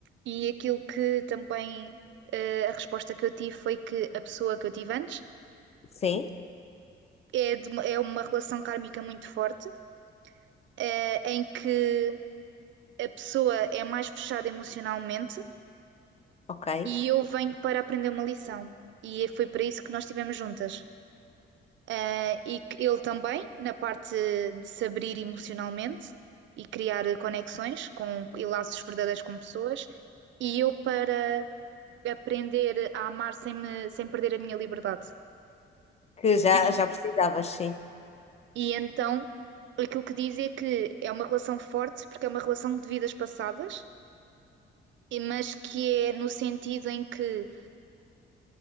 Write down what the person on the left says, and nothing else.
sim,
ok.
Que já,
já precisavas, sim.